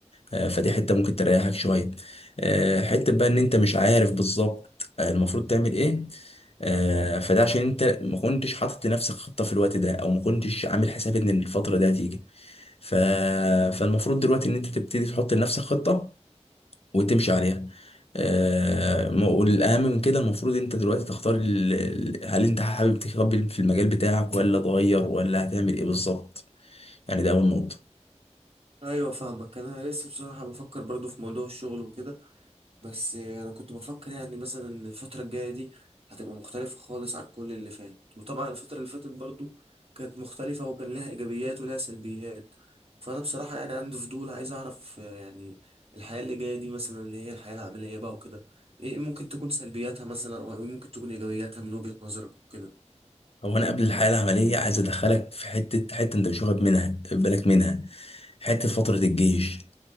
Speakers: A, on the left; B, on the right.
A: آه، فدي حته ممكن تريحك شويه آه، حته بقى ان انت مش عارف بالظبط آه، المفروض تعمل ايه آه، فده عشان انت ما كنتش حاطط لنفسك خطه في الوقت ده او ما كنتش عامل حساب ان الفتره دي هتيجي ف... فالمفروض دلوقتي ان انت تبتدي تحط لنفسك خطة وتمشي عليها آه، م- والاهم من كده المفروض انت دلوقتي تختار ال... ال- هل انت حابب تكمل في المجال بتاعك ولا تغير ولا هتعمل ايه بالظبط يعني ده اول نقطة
B: ايوه فاهمك انا لسه بصراحه بفكر برضو في موضوع الشغل وكده بس انا كنت بفكر يعني مثلا إن الفتره الجايه دي هتبقى مختلفه خالص عن كل اللي فات وطبعا الفتره اللي فاتت برضو كانت مختلفه وكان لها ايجابيات ولها سلبيات فانا بصراحه يعني عندي فضول عايز اعرف آه، يعني الحياه اللي جايه دي مثلا اللي هي الحياه العمليه بقى وكده ايه ممكن تكون سلبياتها مثلا او إيه ممكن تكون ايجابياتها من وجهه نظرك وكده
A: هو انا قبل الحياة العملية عايز ادخلك في حتة حتة انت مش واخد منها بالك منها حتة فترة الجيش